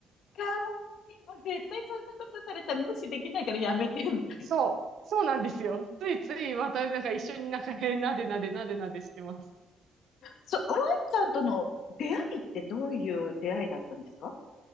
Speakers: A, on the left; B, on the right.
A: かわいい。もう絶対そんなことされたら無視できないからやめて、みたいな。
B: そう、そうなんですよ。ついついまたなんか一緒になんかね、なでなでなでなでしてます。
A: そ、ワンちゃんとの出会いってどういう出会いだったんですか